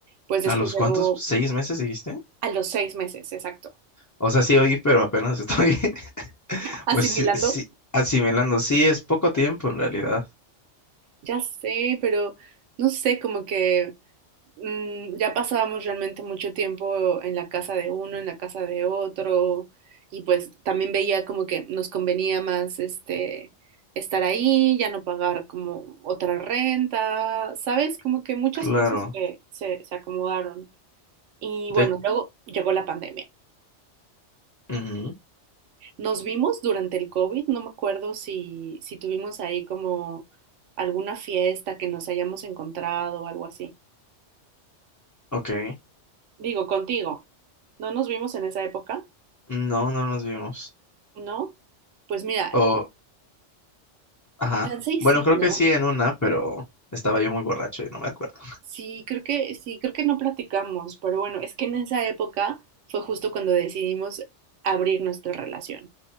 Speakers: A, on the right; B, on the left.
A: pues después
B: ¿a los
A: llegó
B: cuántos? ¿Seis meses dijiste?
A: a los seis meses, exacto.
B: O sea, sí oí, pero apenas estoy, <laughs>
A: Asimilando.
B: pues sí, sí, asimilando. Sí, es poco tiempo en realidad.
A: Ya sé, pero no sé, como que. mm, ya pasábamos realmente mucho tiempo en la casa de uno, en la casa de otro, y pues también veía como que nos convenía más este estar ahí, ya no pagar como otra renta, ¿sabes? Como que muchas
B: Claro.
A: cosas que se, se acomodaron. Y
B: De...
A: bueno, luego llegó la pandemia.
B: ujú,
A: Nos vimos durante el COVID, no me acuerdo si, si tuvimos ahí como alguna fiesta que nos hayamos encontrado o algo así.
B: Ok.
A: Digo, contigo. ¿No nos vimos en esa época?
B: No, no nos vimos.
A: ¿no? Pues mira,
B: O, ajá.
A: chance y
B: Bueno,
A: sí,
B: creo
A: ¿no?
B: que sí en una, pero estaba yo muy borracho y no me acuerdo.
A: Sí, creo que, sí, creo que no platicamos, pero bueno, es que en esa época fue justo cuando decidimos abrir nuestra relación.